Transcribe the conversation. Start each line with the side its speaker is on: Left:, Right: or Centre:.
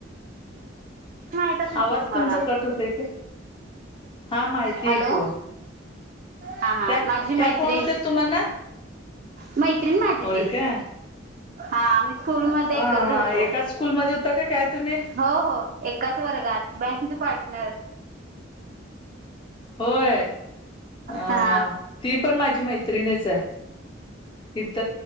Right: माहित असेल
Left: आवाज
Right: की तुम्हाला
Left: तुमचा कट होतय का हा माहिती
Right: हॅलो
Left: आहे की ओ.
Right: हा हा
Left: त्या
Right: माझी
Left: त्या
Right: मैत्रीण
Left: कोण होत्या तुम्हाना.
Right: मैत्रीण माझी
Left: होय
Right: ती.
Left: काय
Right: हा मी स्कूल म
Left: अ
Right: एकत्र
Left: हा
Right: होतो.
Left: एकाच स्कूलमध्ये होता का काय तुम्ही
Right: हो हो एकाच वर्गात बँच पार्टनर.
Left: होय अ
Right: हा
Left: ह ती पण माझी मैत्रिणीच आहे. इथ